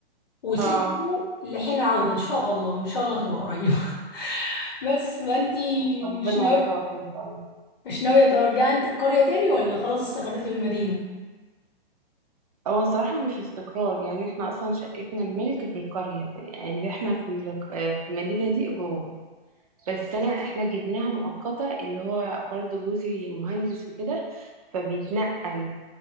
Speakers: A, on the left; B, on the right.
A: وسبته
B: اه
A: لحين عوده ان شاء الله وان شاء الله تبقى قريب <laughs> بس ما انتي
B: ربنا
A: مش ناوي
B: يرزقك إن شاء الله
A: مش ناويه ترجعي انت القريه تاني ولا خلاص استقريتي في المدينه
B: هو الصراحة مش استقرار يعني احنا أصلا شقتنا الملك في القرية يعني اللي احنا في الق- في المدينة دي إيجار بس انا احنا جبناها مؤقتة اللي هو برضو جوزي مهندس وكده فبيتنقل